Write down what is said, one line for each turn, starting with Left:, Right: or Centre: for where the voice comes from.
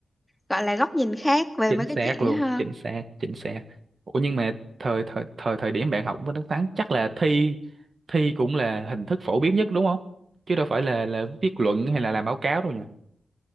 Centre: gọi là góc nhìn khác về
Right: chính
Centre: mấy
Right: xác
Centre: cái chuyện
Right: luôn
Centre: đó ha.
Right: chính xác chính xác ủa nhưng mà thời thời thời thời điểm bạn học bên Đức Thắng chắc là thi thi cũng là hình thức phổ biến nhất đúng không chứ đâu phải là là viết luận hay là làm báo cáo đâu nhỉ